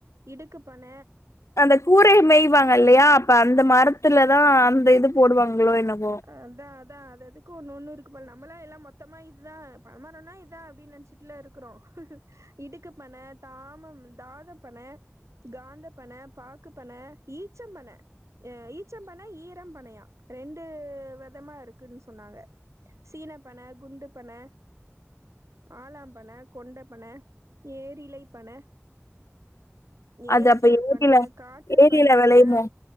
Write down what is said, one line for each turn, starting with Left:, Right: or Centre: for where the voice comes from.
Right: இடுக்கு பன
Left: அந்த கூரையை மெய்வாங்க இல்லையா அப்ப அந்த மரத்துலதான் அந்த இது போடுவாங்களோ என்னவோ
Right: அதான் அதான் அது அதுக்கு ஒன்னு ஒண்ணு இருக்கு ப நம்மளாம் எல்லாம் மொத்தமா இதுதான் பனமரம்னா இதா அப்டி நெனைச்சி ட்ல இருக்குறோம் இடுக்கு பன தாமம் தாத பன காந்த பன பாக்கு பன ஈச்சம் பன அ ஈச்சம் பன ஈரம் பனையா ரெண் டு வெதமா இருக்குனு சொன்னாங்க சீன பன குண்டு பன ஆளாம் பன கொண்ட பன ஏரிலை பன
Left: அது
Right: ஏசறு
Left: அப்ப ஏரில
Right: பன காட்டு
Left: ஏரில
Right: பன
Left: வெளையுமோ
Right: க